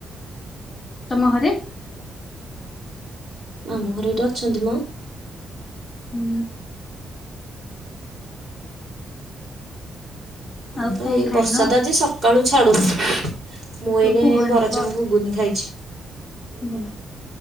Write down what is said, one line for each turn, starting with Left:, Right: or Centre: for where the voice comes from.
Left: ତମ ଘରେ?
Right: ଆମ ଘରେ ଏଇଠି ଅଛନ୍ତି ମ।
Left: ହୁଁ।
Right: ହଁ
Left: ଆଉ
Right: ତ
Left: କଣ
Right: ଏଇ
Left: ଖାଇନ?
Right: ବର୍ଷା ତ ଆଜି ସକାଳୁ ଛାଡ଼ୁଛି, ମୁଁ ଏଇନେ
Left: କୁହନି
Right: ଏଇ ବରାଚପ
Left: ବସ୍
Right: ଘୁଗୁନି ଖାଇଛି
Left: ଭଲ